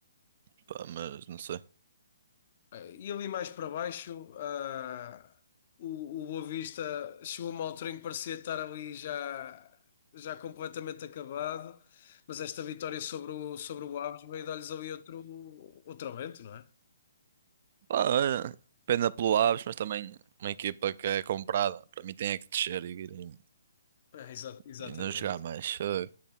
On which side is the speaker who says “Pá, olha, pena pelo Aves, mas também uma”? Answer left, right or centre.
Right